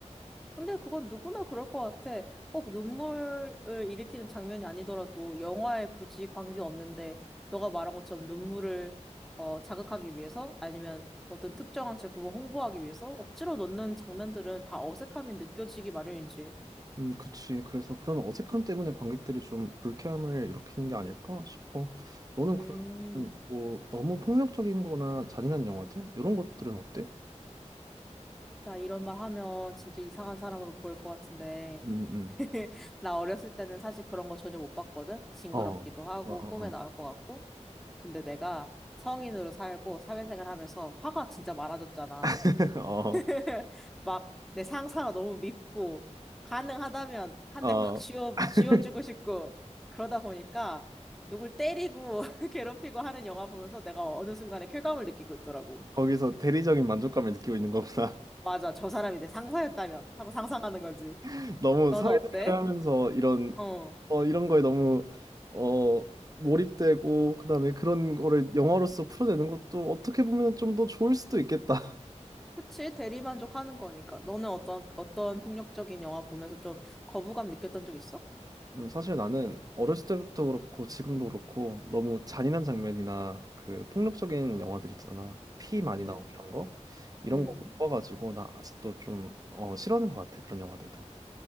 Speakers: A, in the centre; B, on the right.
A: 근데 그건 누구나 그럴 것 같아. 꼭 눈물을 일으키는 장면이 아니더라도 영화에 굳이 관계없는데 너가 말한 것처럼 눈물을 어, 자극하기 위해서 아니면 어떤 특정한 제품을 홍보하기 위해서 억지로 넣는 장면들은 다 어색함이 느껴지기 마련이지.
B: 음, 그치. 그래서 그런 어색함 때문에 관객들이 좀 불쾌함을 일으키는 게 아닐까 싶어. 너는
A: 음,
B: 그러면 뭐 너무 폭력적인 거나 잔인한 영화들? 이런 것들은 어때?
A: 나 이런 말 하면 진짜 이상한 사람으로 보일 것 같은데.
B: 음, 음.
A: <laughs> 나 어렸을 때는 사실 그런 거 전혀 못 봤거든. 징그럽기도
B: 어.
A: 하고
B: 어, 어, 어.
A: 꿈에 나올 것 같고. 근데 내가 성인으로 살고 사회생활 하면서 화가 진짜 많아졌잖아.
B: <laughs>
A: <laughs> 막 내 상사가 너무 밉고 가능하다면 한
B: 어,
A: 대 콱 쥐어
B: 어. <laughs>
A: 쥐어주고 싶고 그러다 보니까 누굴 때리고 <laughs> 괴롭히고 하는 영화 보면서 내가 어느 순간에 쾌감을 느끼고 있더라고.
B: 거기서 대리적인 만족감을 느끼고 있는 거구나.
A: 맞아, 저 사람이 내 상사였다면 하고 상상하는 거지.
B: <laughs> 너무
A: 너는
B: 사회생활을
A: 어때?
B: 하면서 이런
A: 어.
B: 어 이런 거에 너무 어 몰입되고 그다음에 그런 거를 영화로서 풀어내는 것도 어떻게 보면 좀 더 좋을 수도 있겠다.
A: 그치, 대리만족하는 거니까. 너는 어떤, 어떤 폭력적인 영화 보면서 좀 거부감 느꼈던 적 있어?
B: 음, 사실 나는 어렸을 때부터 그렇고 지금도 그렇고 너무 잔인한 장면이나 그 폭력적인 영화들 있잖아. 피 많이
A: 응,
B: 나오고 이런 거 이런
A: 응.
B: 거 못 봐가지고 나 아직도 좀 어, 싫어하는 것 같아 그런 영화들도.